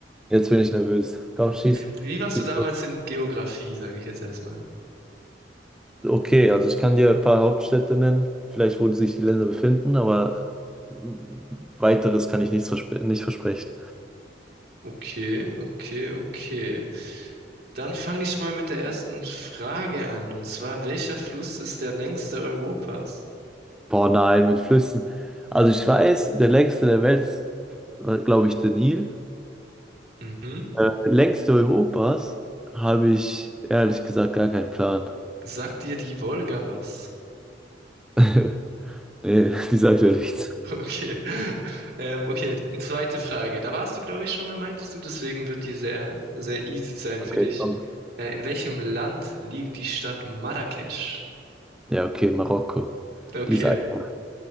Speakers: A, in the centre; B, on the right (about 60°).
A: jetzt bin ich nervös. Komm, schieß.
B: Wie, wie warst
A: schieß
B: du damals
A: los.
B: in Geografie, sage ich jetzt erstmal?
A: Okay, also ich kann dir ein paar Hauptstädte nennen, vielleicht wo sich die Länder befinden, aber äh, weiteres kann ich nichts verspre nicht versprechen.
B: Okay, okay, okay. Dann fange ich mal mit der ersten Frage an. Und zwar, welcher Fluss ist der längste Europas?
A: Boah, nein, mit Flüssen. Also ich weiß, der längste der Welt ist, glaube ich, der Nil.
B: Mhm.
A: Äh, längste Europas habe ich ehrlich gesagt gar keinen Plan.
B: Sagt dir die Wolga was?
A: <laughs> Nee, die sagt
B: <laughs>
A: ja nichts.
B: Okay. Ähm, okay, eine zweite Frage. Da warst du, glaube ich, schon mal, meintest du, deswegen wird die sehr, sehr easy sein
A: Okay,
B: für dich.
A: komm.
B: Äh, in welchem Land liegt die Stadt Marrakesch?
A: Ja, okay, Marokko.
B: Okay.
A: Die ist einfach,